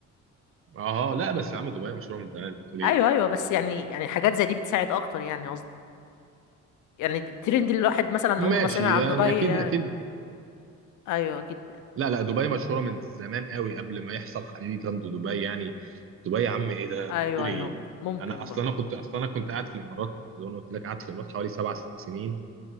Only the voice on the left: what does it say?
ايوه ايوه بس يعني يعني حاجات زي دي بتساعد اكتر يعني قصدي يعني دي- الترند اللي الواحد مثلا
عمره ما سمع عن
دبي
يعني.
ايوه اكيد
ايوه
ايوه
ممكن
برضه